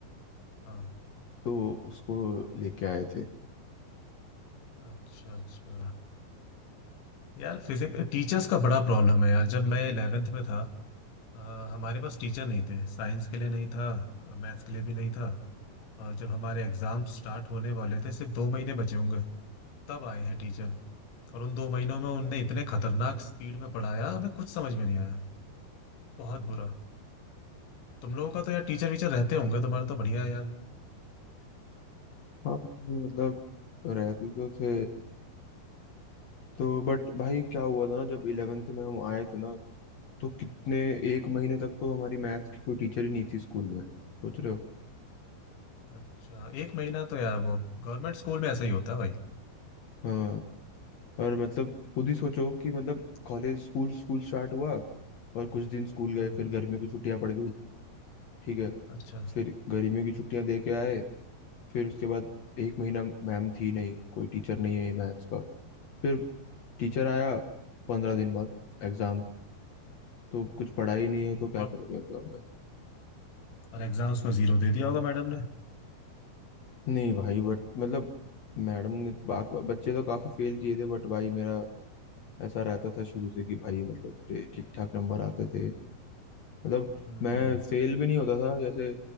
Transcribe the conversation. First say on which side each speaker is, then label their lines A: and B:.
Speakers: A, on the left; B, on the left.
A: हाँ
B: तो उसको लेके आए थे
A: अच्छा अच्छा यार फिजिक्स टीचर्स का बड़ा प्रॉब्लम है यार जब मैं इलेवेंथ में था अ, हमारे पास टीचर नहीं थे साइंस के लिए नहीं था मैथ्स के लिए भी नहीं था और जब हमारे एग्जाम स्टार्ट होने वाले थे सिर्फ दो महीने बचे होंगे तब आए हैं टीचर और उन दो महीनों में उनने इतने खतरनाक स्पीड में पढ़ाया हमें कुछ समझ में नहीं आया बहुत बुरा तुम लोगों का तो यार टीचर वीचर रहते होंगे तुम्हारा तो बढ़िया है यार
B: हाँ मतलब रहते तो थे तो बट भाई क्या हुआ था ना जब इलेवेंथ में हम आए थे ना तो कितने
A: हम्म
B: एक महीने तक तो हमारी मैथ्स की कोई टीचर ही नहीं थी स्कूल में सोच रहे हो
A: अच्छा एक महीना तो यार वो गवर्नमेंट स्कूल में ऐसा ही होता है भाई
B: हाँ और मतलब खुद ही सोचो कि मतलब कॉलेज स्कूल स्कूल स्टार्ट हुआ और कुछ दिन स्कूल गए
A: हम्म
B: फिर गर्मियों की छुट्टियां पड़ गई ठीक है
A: अच्छा
B: फिर गर्मियों की छुट्टियां दे के आए फिर उसके बाद एक महीना मैम थी नहीं कोई टीचर नहीं है मैथ्स का फिर टीचर आया पंद्रह दिन बाद एग्जाम तो कुछ पढ़ा ही नहीं है तो क्या
A: और,
B: करोगे एग्जाम में
A: और एग्जाम्स में जीरो दे दिया होगा मैडम ने
B: नहीं भाई बट मतलब मैडम ने बाक बच्चे तो काफी फेल किए थे बट भाई मेरा ऐसा रहता था शुरू से कि भाई मतलब मेरे ठीक ठाक नंबर आते थे मतलब
A: हम्म
B: मैं फेल भी नहीं होता था जैसे